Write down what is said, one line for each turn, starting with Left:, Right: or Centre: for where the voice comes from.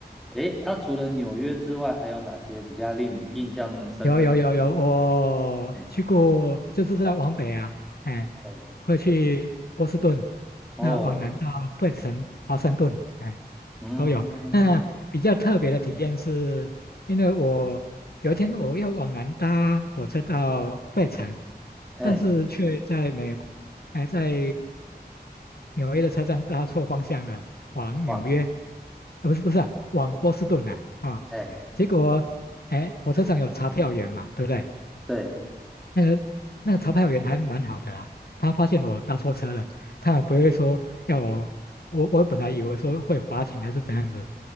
Centre: 诶，那、除了纽约之外，还有哪些比较令你印象深刻？
Left: 有有有有，我去过，
Centre: 嗯，
Left: 就是在往北啊，哎，
Centre: 哎，
Left: 会去波士顿，
Centre: 哦，
Left: 那往南到费城、华盛顿，哎，
Centre: 嗯，
Left: 都有。那比较特别的体验是，因为我有一天我要往南搭火车到费城，
Centre: 嘿，
Left: 但是却在美国，哎，在纽约的车站搭错方向了，往纽约，
Centre: 哇，
Left: 呃不是不是啊往波士顿啊啊，
Centre: 哎，
Left: 结果哎，火车上有查票员嘛，对不对？
Centre: 对，
Left: 那个那个查票员还蛮好的啦，他发现我搭错车了，他也不会说要我，我我本来以为说会罚钱还是怎样子，